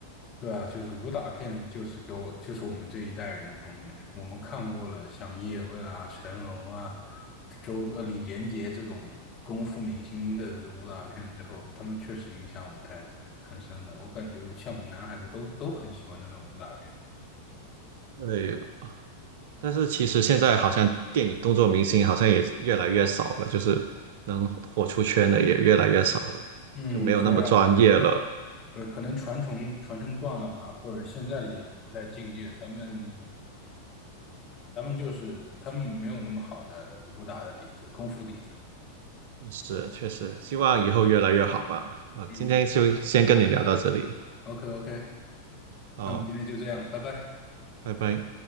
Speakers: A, on the left; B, on the right.
A: 对啊，就是武打片，就是给我，就是我们这一代人的童年。我们看过了像叶问啊、成龙啊、周呃李连杰这种功夫明星的这武打片之后，他们确实影响我们太很深的。我感觉像我们男孩子都都很喜欢这种武打片。
B: 对，但是其实现在好像电影动作明星好像也越来越少了，就是能火出圈的也越来越少了，
A: 嗯，
B: 就没有那么专业了。
A: 对啊，对，可能传承传承断了吧，或者现在的演员不太敬业，他们他们就是他们没有那么好的武打的底子、功夫底子。
B: 是，确实，希望以后越来越好吧。啊，
A: 嗯
B: 今天就先跟你聊到这里，
A: ，OK OK，
B: 好，
A: 那我们今天就这样，拜拜。
B: 拜拜。